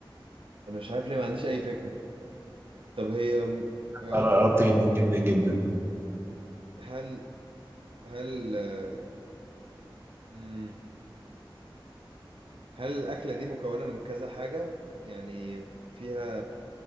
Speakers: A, on the right; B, on the right.
A: أنا مش عارف ليه ما عنديش أي فكرة طب هي م- آه
B: قر- قربت جدا جدا جدا
A: هل هل آه مم، هل الأكلة دي مكونة من كذا حاجة يعني فيها